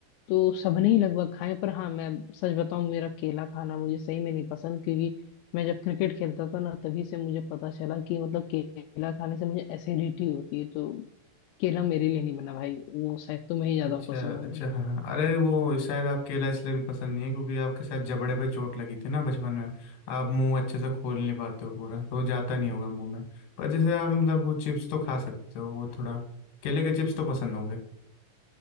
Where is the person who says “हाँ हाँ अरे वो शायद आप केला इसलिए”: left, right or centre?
Left